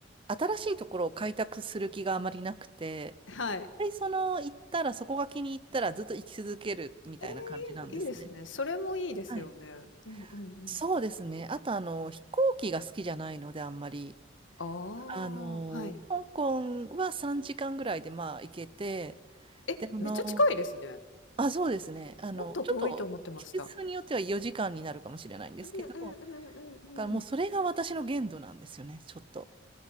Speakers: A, on the right (about 25°); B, on the left (about 80°).
A: 新しいところを開拓する気があまりなくて、
B: はい。
A: で、その、行ったら、そこが気に入ったらずっと行き続けるみたいな感じなんですね。
B: えー、いいですね。それもいいですよね。
A: はい。
B: うんうんうん。
A: そうですね。あと、あの、飛行機が好きじゃないので、あんまり。
B: ああ、
A: あの、
B: はい。
A: 香港は3時間ぐらいで、まあ、行けて、
B: え、
A: で、あの、
B: めっちゃ近いですね。
A: あ、そうですね。あの、
B: もっと遠いと思ってました。
A: ちょっと、季節によっては4時間になるかもしれないんですけど、
B: うんうんうんうんうん。
A: だからもうそれが私の限度なんですよね、ちょっと。